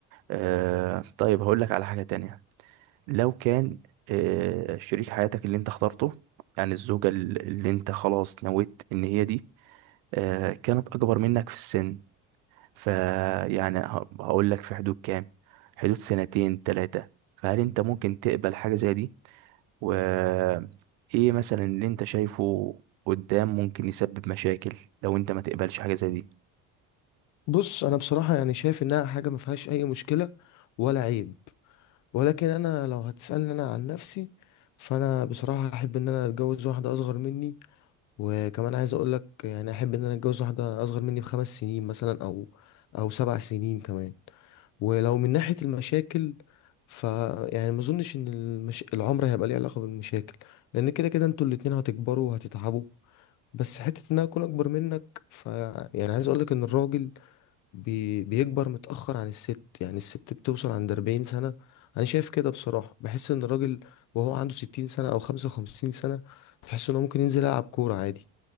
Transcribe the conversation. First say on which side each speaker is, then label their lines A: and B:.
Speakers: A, on the right; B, on the left.
A: آه، طيب هقول لك على حاجه تانية لو كان آه، شريك حياتك اللي انت اخترته يعني الزوجه ال- اللي انت خلاص نويت ان هي دي آه، كانت اكبر منك في السن فيعني هقول لك في حدود كام حدود سنتين ثلاثه فهل انت ممكن تقبل حاجه زي دي وايه مثلا اللي انت شايفه قدام ممكن يسبب مشاكل لو انت ما تقبلش حاجه زي دي
B: بص انا بصراحة يعني شايف انها حاجة ما فيهاش اي مشكلة ولا عيب ولكن انا لو هتسألني انا عن نفسي فانا بصراحة احب ان انا اتجوز واحدة اصغر مني وكمان عايز اقول لك يعني احب ان انا اتجوز واحده اصغر مني بخمس سنين مثلا او او سبع سنين كمان ولو من ناحيه المشاكل ف يعني ما اظنش ان المش... العمر هيبقى ليه علاقه بالمشاكل لان كده كده انتوا الاتنين هتكبروا وهتتعبوا بس حته ان انا اكون اكبر منك ف يعني عايز اقول لك ان الراجل بي... بيكبر متاخر عن الست يعني الست بتوصل عند 40 سنه انا شايف كده بصراحه بحس ان الراجل وهو عنده 60 سنه او 55 سنه تحس ان هو ممكن ينزل يلعب كوره عادي